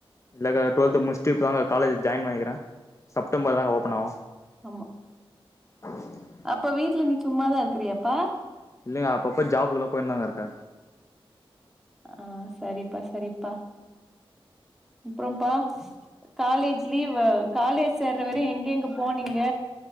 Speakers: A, on the left; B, in the centre.
A: இல்லகா டுவல்த்து முட்ச்சுட்டு இப்பதாங்கா காலேஜ் ஜாயின் பண்ணிகிறே செப்டம்பர்தாகா ஓப்பனாவு
B: அம்ம
A: ப <inaudible>
B: அப்ப வீட்ல நீ சும்மாதா இருக்கிறியாப்பா
A: இல்லங்க அப்ப அப்ப ஜாபுகுலாம் போயின்தாங்க இருக்கே
B: ஆ சரிப்பா சரிப்பா அப்றம்ப்பா காலேஜ் லீவா காலேஜ் சேர்ற வர எங்க எங்க போனீங்க